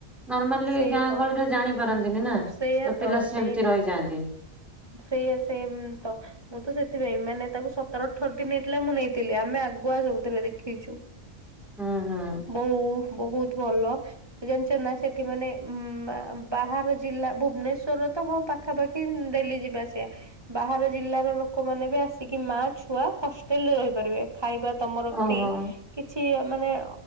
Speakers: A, in the centre; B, on the right.
A: ନର୍ମାଲି
B: ସେଇ
A: ଗାଁ
B: ତ
A: ଗହଳିରେ ଜାଣି ପାରନ୍ତିନି ନା
B: ସେଇଆ
A: ତ ପିଲା ସେମିତି
B: ସେଇ ତ
A: ରହିଯାଆନ୍ତି।
B: ସେଇଆ ସେମ୍ ତ ମୁଁ ତ ସେଥିପାଇଁ ମାନେ ତାକୁ ସତର ଅଠରଦିନ ନେଇଥିଲା ମୁଁ ନେଇଥିଲି ଆମେ ଆଗୁଆ ସବୁଥିରେ ଦେଖେଇଛୁ।
A: ହୁଁ ହୁଁ
B: ବହୁ ବହୁତ ଭଲ ଜାଣିଛନ୍ତି ନାଁ ସେଠି ମାନେ ଉଁ ବା ବାହାର ଜିଲ୍ଲା ଭୁବନେଶ୍ୱରରୁ ତ ହଁ ପାଖାପାଖି ଡେଲି ଯିବା ଆସିବା ବାହାର ଜିଲ୍ଲାର ଲୋକମାନେ ବି ଆସିକି ମା ଛୁଆ ହଷ୍ଟେଲ ରେ ରହିପାରିବେ। ଖାଇବା ତମର
A: ଓହୋ
B: ଫ୍ରି କିଛି ମାନେ